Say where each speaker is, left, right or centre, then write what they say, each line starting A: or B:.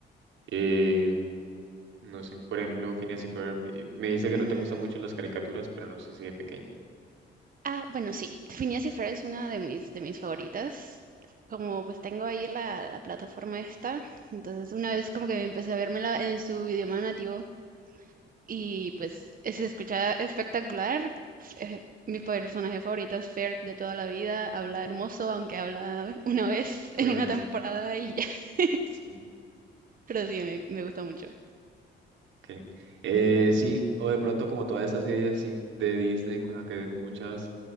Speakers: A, on the right (about 75°); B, on the right (about 45°).
A: Eh, no sé, por ejemplo, Phineas y Ferb, eh, me dice que
B: Mm,
A: no te gustan mucho las caricaturas, pero no sé si de pequeña.
B: Ah, bueno, sí, Phineas y Ferb es una de mis, de mis favoritas. Como pues tengo ahí la, la plataforma esta, entonces una vez como que empecé a vérmela en su idioma nativo y pues se escuchaba espectacular. Eh, mi personaje favorito es Ferb de toda la vida, habla hermoso, aunque habla una vez
A: Una
B: en una
A: vez.
B: temporada y ya, <laughs>
A: sí.
B: pero sí, me, me gusta mucho.
A: Okay. Eh, sí, o de pronto como toda esa serie, sí, de Disney con la que muchas,